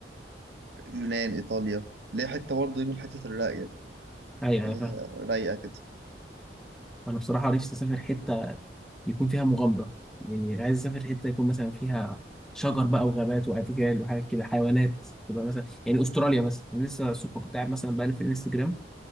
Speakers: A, on the right (about 80°); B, in the centre.
A: يونان إيطاليا اللي هي حتة برضه دي من الحتت الراقية دي
B: ايوه
A: اللي
B: ايوه فاهم
A: هي رايقة كده
B: انا بصراحه نفسي اسافر حته يكون فيها مغامره يعني عايز اسافر حته يكون مثلا فيها شجر بقى وغابات وادجال وحاجات كده حيوانات تبقى مثلا يعني استراليا مثلا يعني لسه الصبح كنت قاعد مثلا بقلب في الانستجرام